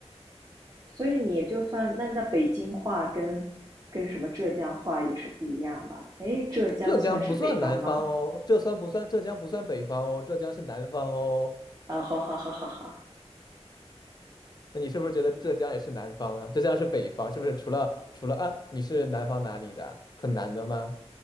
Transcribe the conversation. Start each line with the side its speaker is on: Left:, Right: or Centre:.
Right: 所以你就算那那北京话跟跟什么浙江话也是不一样吧？诶，浙江算是北方吗？
Left: 浙江不算南方哦，浙算不算？浙江不算北方哦，浙江是南方哦。
Right: 啊，好好好好好，
Left: 那你是不是觉得浙江也是南方啊？浙江是北方，是不是？除了除了啊，你是南方哪里的？很南的吗？